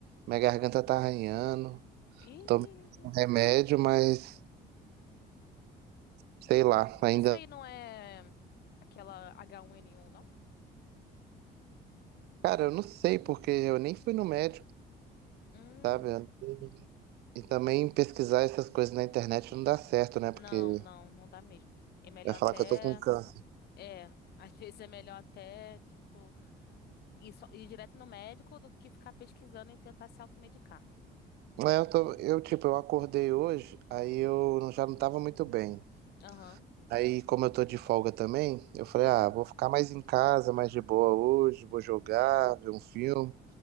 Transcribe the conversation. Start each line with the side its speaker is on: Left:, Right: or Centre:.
Right: minha garganta tá arranhando,
Left: Ih.
Right: tomei um remédio, mas sei lá, ainda.
Left: Isso aí não é aquela H1N1, não?
Right: Cara, eu não sei porque eu nem fui no médico,
Left: Hum,
Right: sabe? E também pesquisar essas coisas na internet não dá certo, né?
Left: não,
Right: Porque
Left: não, não dá mesmo. É melhor
Right: vai
Left: até.
Right: falar que eu tô com câncer.
Left: É, às <laughs> vezes é melhor até, tipo, ir, só- ir direto no médico do que ficar pesquisando e tentar se automedicar.
Right: É, eu tô, eu tipo, eu acordei hoje, aí eu não- já não tava muito bem.
Left: Aham.
Right: Aí, como eu tô de folga também, eu falei, ah, vou ficar mais em casa, mais de boa hoje, vou jogar, ver um filme.